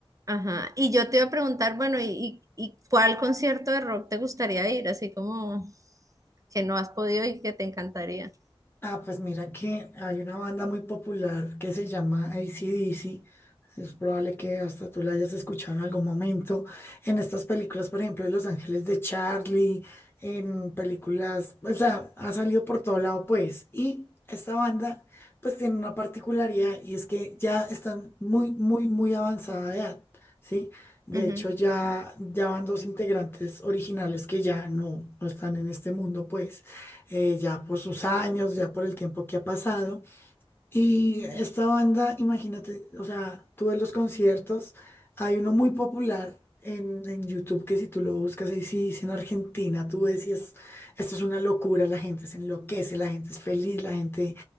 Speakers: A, on the right; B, on the left.
A: Ajá, y yo te iba a preguntar, bueno, ¿y, y, y cuál concierto de rock te gustaría ir? Así como que no has podido y que te encantaría.
B: Ah, pues mira que hay una banda muy popular que se llama AC/DC. Es probable que hasta tú la hayas escuchado en algún momento. En estas películas, por ejemplo, de Los Ángeles de Charlie, en películas, o sea, ha salido por todo lado, pues. Y esta banda, pues tiene una particularidad y es que ya están muy, muy, muy avanzada de edad, ¿sí? De
A: Ujú,
B: hecho, ya, ya van dos integrantes originales que ya no, no están en este mundo, pues eh, ya por sus años, ya por el tiempo que ha pasado. Y esta banda, imagínate, o sea, tuve los conciertos, hay uno muy popular en, en YouTube que si tú lo buscas ahí, sí, dice en Argentina, tú decías, esto es una locura, la gente se enloquece, la gente es feliz, la gente